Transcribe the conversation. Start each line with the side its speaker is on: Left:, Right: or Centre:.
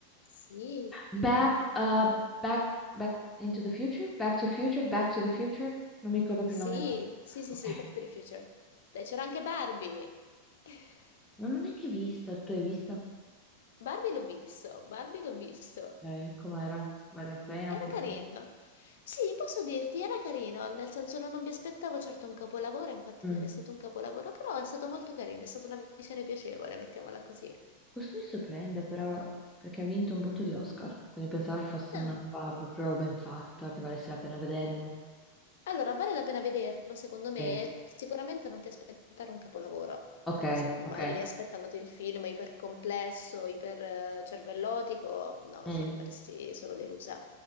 Left: Sì, sì,
Centre: Back, uh, back, back into the future? Back to future? Back to the future? Non mi ricordo più
Left: sì,
Centre: il nome.
Left: sì, sì,
Centre: Ok.
Left: Back to the Future. Dai, c'era anche Barbie. <laughs>
Centre: No, non è che hai visto, tu hai visto?
Left: Barbie l'ho visto, Barbie l'ho visto.
Centre: Eh, com'era? Vale la pena
Left: Era
Centre: oppure...
Left: carino. Sì, posso dirti, era carino, nel senso non non mi aspettavo certo un capolavoro, infatti
Centre: Mm.
Left: non è stato un capolavoro, però è stato molto carino, è stata una visione piacevole, mettiamola così.
Centre: Questo mi sorprende però perché ha vinto un botto di Oscar, quindi pensavo fosse
Left: No.
Centre: una roba proprio ben fatta, che valesse la pena vederlo.
Left: Allora, vale la pena vederlo, secondo me,
Centre: Sì.
Left: sicuramente non ti aspettare un capolavoro.
Centre: Ok,
Left: Cioè, se vai
Centre: ok.
Left: lì aspettandoti il film ipercomplesso, iper eh, cervellotico, no,
Centre: Mm.
Left: ci rimarresti solo delusa.